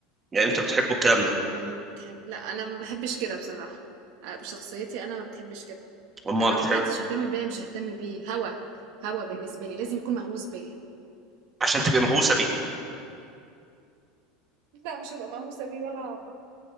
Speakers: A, on the right (about 15°); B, on the right (about 65°).
A: يعني انتوا بتحبوا الكلام
B: البنات
A: ده
B: تحب لا أنا ما بحبش كده بصراحة آه، بشخصيتي أنا ما بتحبش كده
A: هم
B: أنا لو
A: بتحبوا
B: محدش يهتم بيا مش ههتم بيه هوا هوا بالنسبة لي لازم يكون مهووس بيا
A: عشان تبقى مهووسه بيه
B: لا مش هبقى مهووسة بيه ولا هعبط